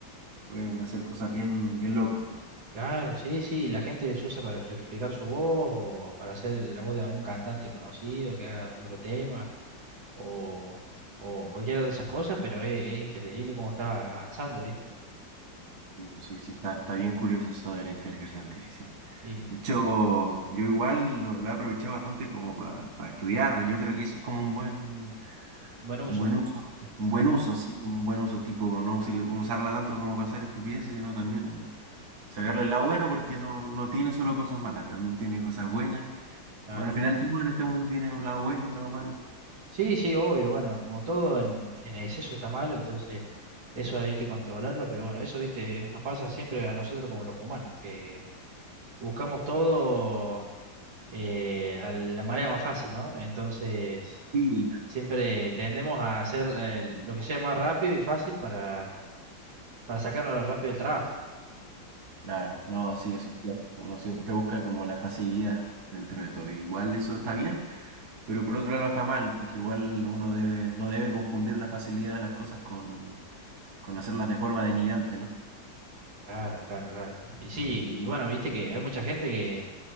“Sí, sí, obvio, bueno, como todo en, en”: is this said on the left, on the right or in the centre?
Right